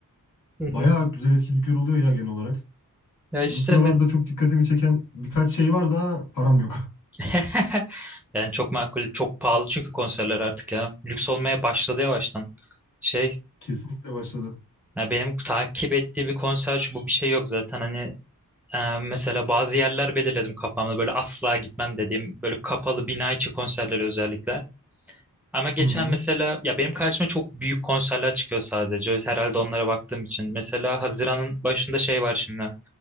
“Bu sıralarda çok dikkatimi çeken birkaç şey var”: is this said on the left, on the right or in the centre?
Left